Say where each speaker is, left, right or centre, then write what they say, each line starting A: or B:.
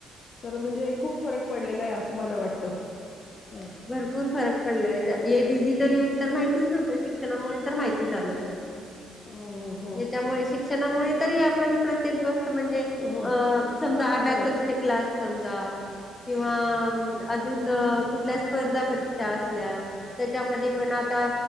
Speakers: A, on the left (about 50°); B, on the left (about 20°).
A: तर म्हणजे. खूप फरक पडलेला आहे असं मला वाटतं. हा
B: भरपूर फरक पडलाय जा हे डिजिटल युग तर माहितीच नव्हतं शिक्षणामुळे तर माहिती झालं.
A: हो हो
B: त्याच्यामुळे शिक्षणामुळे तरी आपण प्रत्येक गोष्ट म्हणजे
A: हो
B: अ समजा अब्याकस
A: खरंय
B: चे क्लास समजा. किंवा अजून कुठल्या स्पर्धा परीक्षा असल्या त्याच्यामध्ये पण आता